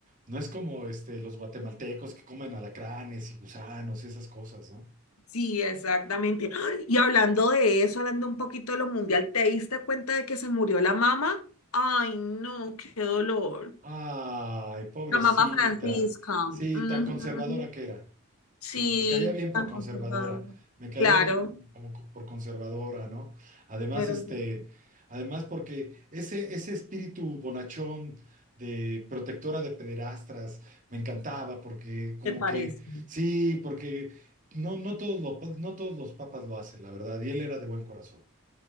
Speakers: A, on the right; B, on the left.
A: no es como, este, los guatemaltecos que comen alacranes y gusanos, esas cosas, ¿no?
B: Sí, exactamente. ¡Ah! Y hablando de eso, hablando un poquito de lo mundial, ¿te diste cuenta de que se murió la mamá? Ay, no, qué dolor.
A: Ay, pobrecita.
B: La mamá Francisca.
A: Sí,
B: Ujú.
A: tan conservadora que era.
B: Sí,
A: Sí, me caía bien por
B: tan
A: conservadora.
B: conservadora.
A: Me caía
B: Claro,
A: bien como, como co- por conservadora, ¿no? Además,
B: era
A: este,
B: un-
A: además porque ese, ese espíritu bonachón de protectora de pederastras me encantaba porque como
B: me parece.
A: que sí, porque no, no todos los, pa- no todos los papas lo hacen, la verdad, y él era de buen corazón.